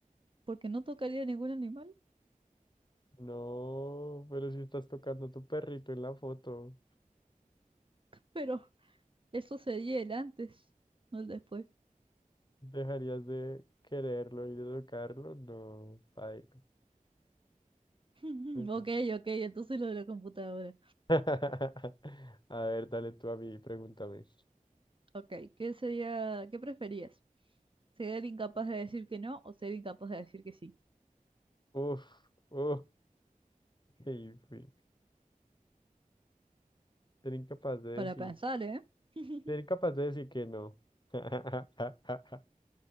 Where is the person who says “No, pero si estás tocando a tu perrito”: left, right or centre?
Left